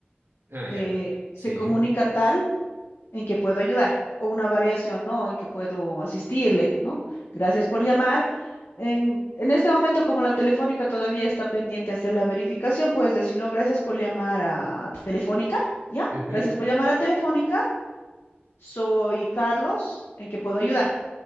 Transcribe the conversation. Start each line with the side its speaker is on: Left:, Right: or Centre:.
Right: Ah, ya.
Left: eh, se
Right: Sí.
Left: comunica tal, en que puedo ayudar, o una variación, ¿no? En que puedo asistirle, ¿no? Gracias por llamar. En, en este momento, como la telefónica todavía está pendiente de hacer la verificación, puedes decir, no, gracias por llamar a Telefónica, ¿ya?
Right: Ujú,
Left: Gracias por llamar a Telefónica, soy Carlos, ¿en que puedo ayudar?